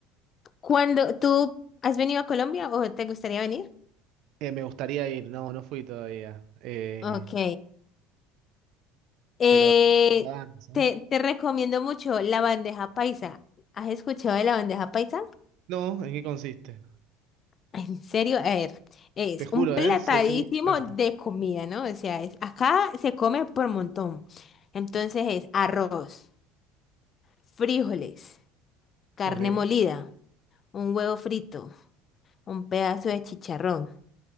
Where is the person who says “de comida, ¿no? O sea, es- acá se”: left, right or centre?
Left